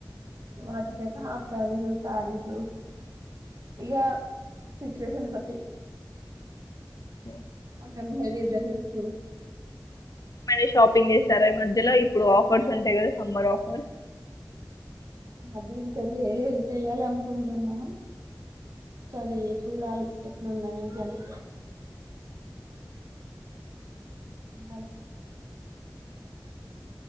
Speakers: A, on the right; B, on the left.
A: వాటికైతే హాఫ్ సారీస్ సారీస్ ఇకా సిచువేషన్ బట్టి
B: అ
A: అంటే లైట్ డ్రెస్ వేసుకొని
B: మన షాపింగ్ చేస్తారా ఈ మధ్యలో ఇప్పుడు ఆఫర్స్ ఉంటాయి కదా సమ్మర్ ఆఫర్స్
A: అది ఇంకా చేయలేదు చెయాల అనుకుంటున్నా సరే చూడాలి ఎట్లు ఎట్ల ఉనందో కానీ ఉమ్మల్